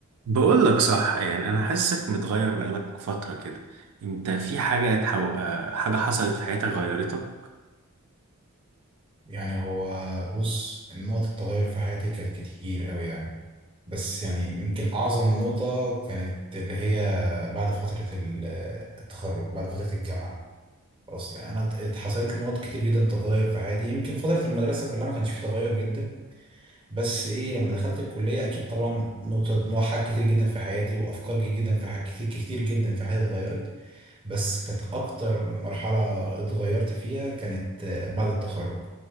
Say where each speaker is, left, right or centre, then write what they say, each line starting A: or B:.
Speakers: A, on the right (about 80°); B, on the right (about 25°).
A: بقول لك صح يعني انا حاسسك متغير بقالك فترة كده انت في حاجة تحو... آه، حاجة حصلت في حياتك غيرتك
B: يعني هو بص نقط التغير في حياتي كانت كتير قوي يعني بس يعني يمكن أعظم نقطة كانت اللي هي بعد فترة ال- <hesitation> التخرج بعد فترة الجامعة خلاص يعني أنا ات- حصلت لي نقط كتير جدا تغير في حياتي يمكن فترة المدرسة كلها ما كانش فيه تغير جدا بس إيه لما دخلت الكلية أكيد طبعا نقطة نوع حاجات كتير جدا في حياتي وأفكار كتير جدا في حاجات كتير كتير جدا في حياتي اتغيرت بس كانت اكتر مرحلة اتغيرت فيها كانت آه، بعد التخرج